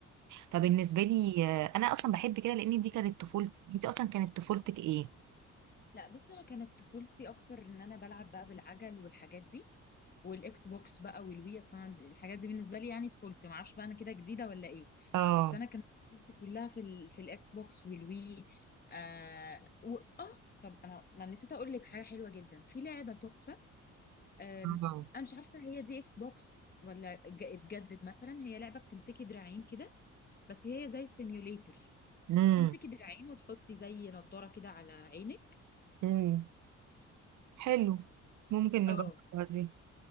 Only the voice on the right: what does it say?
فبالنسبه لي آه، انا اصلا بحب كده لان دي كانت طفولتي انت اصلا كانت طفولتك ايه
اه
اه
امم
امم حلو ممكن نجربها
دي